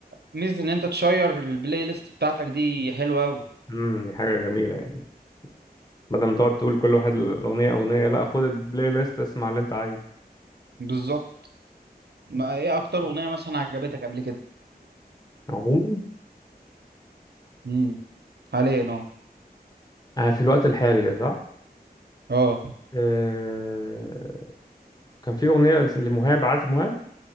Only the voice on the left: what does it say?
امم دي حاجه جميله يعني بدل ما تقعد تقول كل واحد الاغنيه اغنيه لا خد البلاي ليست اسمع اللي انت عايزه
عموما
آه، في الوقت الحالي ده صح
آه، كان في اغنيه لمهاب عارف مهاب